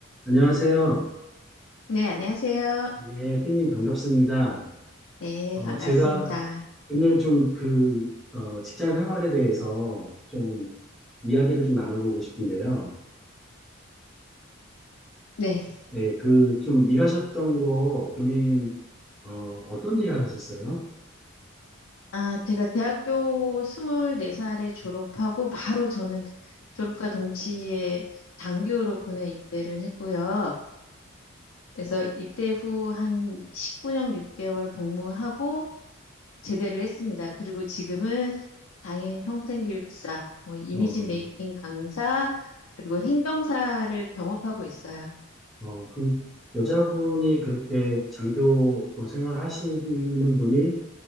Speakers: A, in the centre; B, on the left.
A: 안녕하세요.
B: 네, 안녕하세요.
A: 예, 삐님 반갑습니다.
B: 네,
A: 어,
B: 반갑습니다.
A: 제가 오늘 좀 그, 어, 직장 생활에 대해서 좀 이야기를 좀 나눠보고 싶은데요.
B: 네.
A: 네, 그 좀 일하셨던 거 본인, 어, 어떤 일 하셨었어요?
B: 아, 제가 대학교 24살에 졸업하고 바로 저는 졸업과 동시에 장교로 군에 입대를 했고요. 그래서 입대 후 한 19년 6개월 복무하고 제대를 했습니다. 그리고 지금은 당인 평생교육사, 뭐 이미지
A: 어,
B: 메이킹 강사, 그리고 행정사를 겸업하고 있어요.
A: 어, 그 여자분이 그렇게 장교 생활하시는 분이